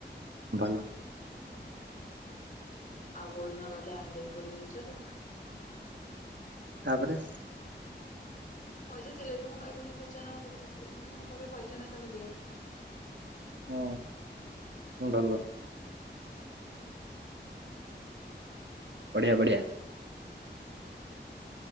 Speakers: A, on the right (about 80°); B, on the left (about 55°).
A: ଭଲ
B: ଆଉ କଉଦିନ ଗଲେ ଆଣି ଦେବି ଗୋଟେ ଜିନିଷ ଟେ ନା
A: ତାପରେ
B: ପଇସା ଥିଲେବି ମୁଁ କହିବିନି ପୁଷିଆନା ମୋ ପାଖରେ ଅଛିବୋଲି, ମୁଁ କହିବି ମୋ ପାଖରେ ପଇସା ନାହିଁ, ତମେ ଦିଅ
A: ହୁଁ ଭଲ ବଢିଆ ବଢ଼ିଆ